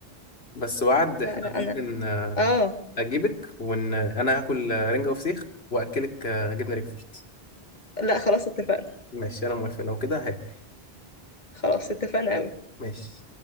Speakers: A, on the left; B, on the left.
A: بس وعد إحنا
B: لا لا
A: ممكن
B: انا
A: آه،
B: اه
A: أجيبك وإن أنا هاكل آه، رنجة وفسيخ وأكلك آه، جبنة ريكفورد
B: لا خلاص اتفقنا
A: ماشي أنا موافق لو كده هاكل
B: خلاص اتفقنا قوي
A: ماشي